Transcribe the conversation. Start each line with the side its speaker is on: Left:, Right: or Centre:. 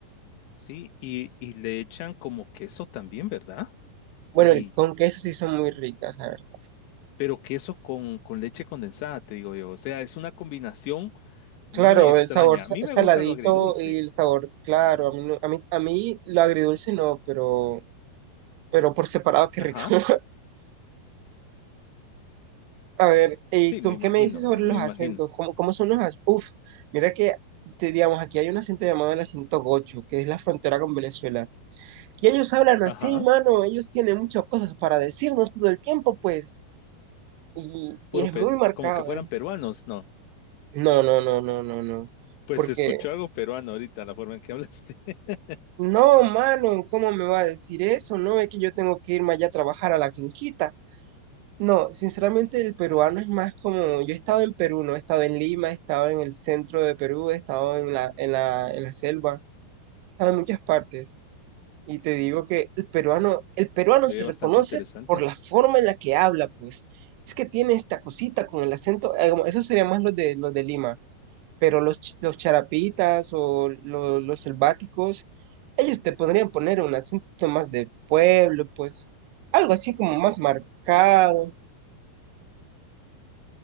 Left: sí, y, y le echan como queso también, ¿verdad?
Right: Bueno,
Left: Y,
Right: el- con queso sí son muy ricas, la verdad.
Left: pero queso con, con leche condensada, te digo yo, o sea, es una combinación
Right: Claro,
Left: muy extraña.
Right: el sabor sa-
Left: A mí
Right: saladito
Left: me gusta lo agridulce,
Right: y el sabor claro. A mí, no- a mí, a mí lo agridulce no, pero, pero por separado, qué
Left: ajá,
Right: rico. <laughs> A ver, ¿y
Left: sí,
Right: tú
Left: me imagino,
Right: qué me dices sobre
Left: ¿verdad?
Right: los
Left: Me imagino,
Right: acentos? ¿Cómo, cómo son los acentos? Uf, mira que, te, digamos, aquí hay un acento llamado el acento gocho, que es la frontera con Venezuela. Y ellos hablan
Left: ajá,
Right: así, mano. Ellos tienen muchas cosas para decirnos todo el tiempo, pues. Y,
Left: puro,
Right: y es
Left: pe-
Right: muy marcado,
Left: como que fueran
Right: ¿eh?
Left: peruanos, ¿no?
Right: No, no, no, no, no, no.
Left: Pues
Right: Porque
Left: escuchó algo peruano ahorita, la forma en que hablaste. <laughs>
Right: No, mano, ¿cómo me va a decir eso? No es que yo tengo que irme allá a trabajar a la finquita. No, sinceramente el
Left: Sí,
Right: peruano es más como, yo he estado en Perú, no he estado en Lima, he estado en el centro de Perú, he estado en la, en la, en la selva, he estado en muchas partes. Y te digo que el peruano, el peruano
Left: se
Right: se
Left: ve bastante
Right: reconoce
Left: interesante.
Right: por la forma en la que habla, pues. Es que tiene esta cosita con el acento, eh, como- eso sería más los de, los de Lima, pero los, ch- los charapitas o lo- los selváticos, ellos te podrían poner un acento más de pueblo, pues. Algo así como más marcado.